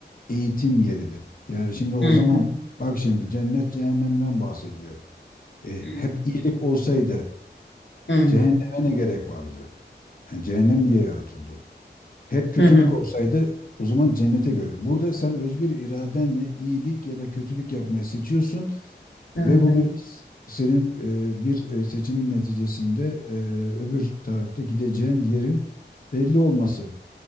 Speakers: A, on the left (about 50°); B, on the left (about 80°).
A: eğitim yeridir. Yani şimdi o
B: Hı
A: zaman
B: hı.
A: bak şimdi cennet cehennemden bahsediliyor. E,
B: Hı
A: hep iyilik olsaydı
B: hı.
A: cehenneme ne gerek vardı? Yani cehennem niye yaratıldı? Hep kötülük
B: Hı hı.
A: olsaydı o zaman cennete görür. Burada sen özgür iradenle iyilik ya da kötülük yapmayı seçiyorsun
B: Hı
A: ve
B: hı.
A: bu bir, senin e, bir e, seçimin neticesinde e, öbür tarafta gideceğin yerin belli olması